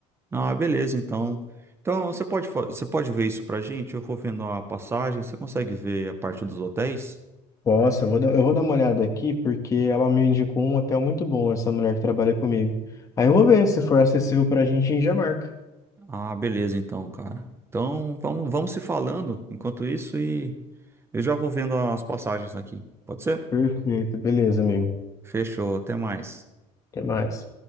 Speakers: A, on the right; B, on the left.
A: Ah, beleza, então. Então, você pode, fa- você pode ver isso pra gente? Eu vou vendo a passagem. Você consegue ver a parte dos hotéis?
B: posso eu vou dar, eu vou dar uma olhada aqui porque ela me indicou um hotel muito bom, essa mulher que trabalha comigo. Aí eu vou ver, se for acessível pra gente, a gente já marca.
A: Ah, beleza, então, cara. Então, vamos, vamos se falando enquanto isso e eu já vou vendo as passagens aqui. Pode ser?
B: Perfeito, beleza, amigo.
A: Fechou, até mais.
B: Até mais.